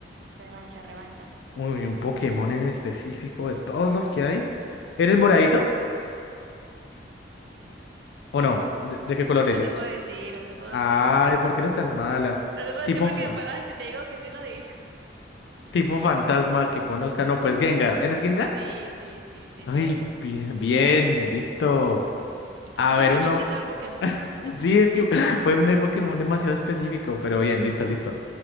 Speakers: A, on the right; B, on the left.
A: Revancha, revancha.
B: uy, un Pokémon en específico de todos los que hay. ¿Eres moradito o
A: Mm,
B: no? ¿De, de qué color eres?
A: No te puedo decir, no te puedo
B: Ay,
A: decir.
B: ¿por qué eres tan mala?
A: No te puedo
B: Tipo,
A: decir porque
B: fa-
A: después lo- si te digo que sí lo adivinas. <laughs>
B: tipo fantasma que conozca. No, pues Gengar. ¿Eres Gengar?
A: Sí, sí, sí, sí
B: Ay,
A: soy.
B: bien, bien, listo.
A: Un poquito
B: A ver,
A: friquisito
B: uno.
A: del
B: <laughs>
A: Pokémon, un poquito.
B: Sí, es que <laughs> fue un de Pokémon demasiado específico, pero bien, listo, listo.